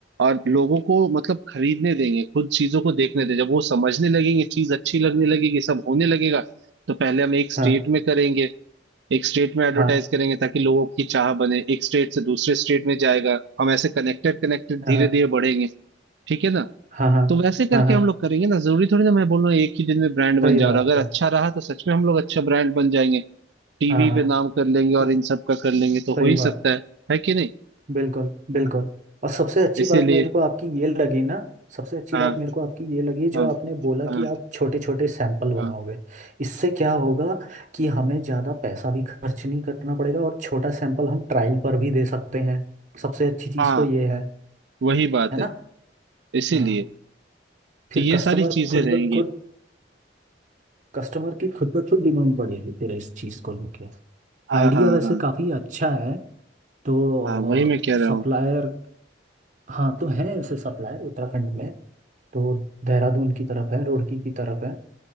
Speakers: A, on the right; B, on the right.
A: और लोगों को मतलब खरीदने देंगे खुद चीजों को देखने देंगे जब वो समझने लगेंगे चीज अच्छी लगने लगेगी सब होने लगेगा तो पहले हम एक स्टेट
B: हाँ
A: में करेंगे एक स्टेट में एडवर्टाइज
B: हाँ
A: करेंगे ताकि लोगों की चाह बने एक स्टेट से दूसरे स्टेट में जाएगा हम ऐसे कनेक्टेड कनेक्टेड धीरे
B: हाँ हाँ
A: धीरे बढ़ेंगे ठीक है ना
B: हाँ हाँ
A: तो वैसे करके
B: हाँ हाँ।
A: हम लोग करेंगे ना जरूरी थोड़ी ना मैं बोल रहा हूँ एक ही दिन में ब्रांड बन
B: सही
A: जाए
B: बात
A: और अगर
B: है
A: अच्छा रहा तो सच में हम लोग अच्छा ब्रांड बन जाएंगे टीवी
B: हाँ हाँ
A: पे नाम कर लेंगे और
B: स-
A: इन सब का कर लेंगे तो
B: सही
A: हो ही
B: बात
A: सकता है है कि नहीं
B: बिल्कुल बिल्कुल और सबसे अच्छी
A: इसीलिए
B: बात मेरे को आपकी ये लगी ना सबसे अच्छी
A: हाँ
B: बात मेरे को आपकी ये लगी
A: हाँ
B: जो आपने बोला
A: हाँ
B: कि आप छोटे छोटे सैंपल बनाओगे
A: हाँ
B: इससे क्या होगा कि हमें ज़्यादा पैसा भी खर्च नहीं करना पड़ेगा और छोटा सैंपल हम ट्रायल पर भी दे सकते हैं सबसे अच्छी चीज़
A: हाँ
B: तो ये है
A: वही बात
B: है ना
A: है इसीलिए
B: हाँ फिर
A: तो ये
B: कस्टमर
A: सारी चीजें
B: खुद
A: रहेंगी
B: ब खुद कस्टमर की खुद ब खुद डिमांड बढ़ेगी फिर इस चीज़ को लेके
A: हाँ
B: आइडिया
A: हाँ
B: वैसे
A: हाँ
B: काफ़ी अच्छा है तो
A: हाँ वही मैं कह रहा
B: सप्लायर
A: हूँ
B: हाँ तो है ऐसे सप्लायर उत्तराखंड में तो देहरादून की तरफ है रुड़की की तरफ है